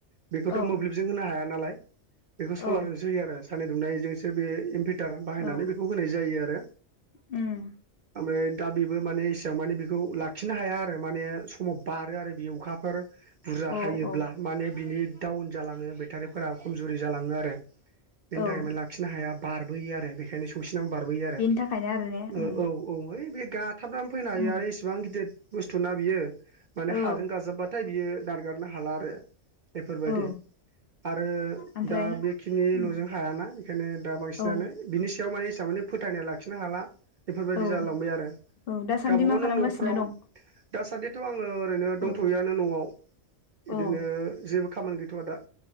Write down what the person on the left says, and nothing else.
औ
औ
औ
उम
औ
औ
औ
बेनि थाखायनो आरो ने
उम
उम
औ
औ
ओमफ्राय
उम
औ
औ
औ दासान्दि
मा
खालामगासिनो
दं
औ
औ